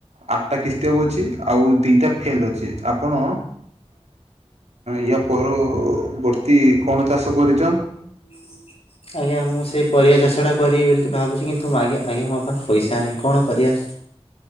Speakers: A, on the right (about 85°); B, on the left (about 65°).
A: ଆଠଟା କିସ୍ତି ଅଛି ଆଉ ଦିଟା ଫେଲ୍ ଅଛି। ଆପଣ ୟା ପରବର୍ତ୍ତୀ କଣ ଚାଷ କରିଛ?
B: <unintelligible> ଆଜ୍ଞା ମୁଁ ସେଇ ପରିବା ଚାଷଟା କରିବି ବି ବୋଲିିକି ଭାବୁଛି କିନ୍ତୁ ଆଜ୍ଞା ମୋ ପାଖକୁ ପଇସା ନାହିଁ କଣ କରିବା।